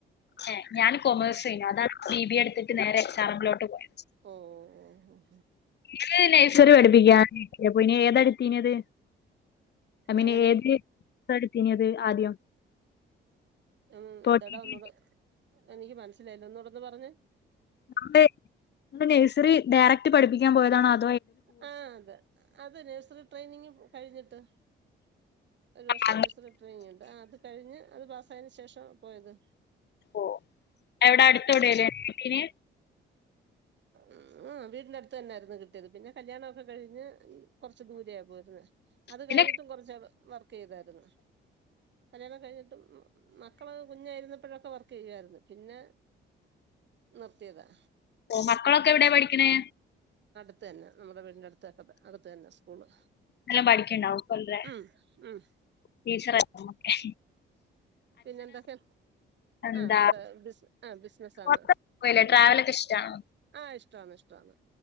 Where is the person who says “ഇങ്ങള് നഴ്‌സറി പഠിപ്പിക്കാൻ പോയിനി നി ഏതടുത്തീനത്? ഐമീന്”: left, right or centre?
Left